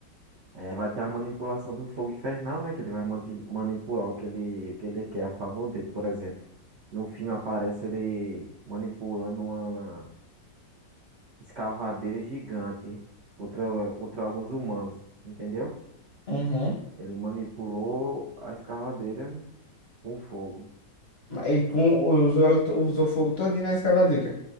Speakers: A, on the right; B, on the left.
A: Eh, vai ter a manipulação do fogo infernal, né? Que ele vai manti- manipular o que ele, o que ele quer a favor dele, por exemplo. No filme aparece ele manipulando uma. escavadeira gigante contra, contra alguns humanos, entendeu?
B: Uhum.
A: Ele manipulou a escavadeira com fogo.
B: E com, usou, ela to- usou fogo todinho na escavadeira.